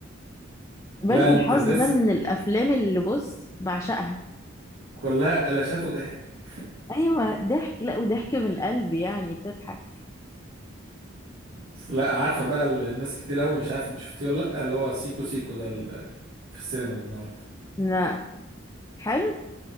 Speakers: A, on the left; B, on the right.
A: بنك
B: لا انت
A: الحظ
B: الناس
A: ده من الافلام اللي بص بعشقها
B: كلها قلشات وضحك
A: ايوه ضحك لا وضحك من القلب يعني تضحك
B: بس لا عارفه بقى ال- الناس كتير قوي مش عارف انت شفتيه ولا لا اللي هو سيكو سيكو ده ال- في السينما ده النهارده
A: لا حلو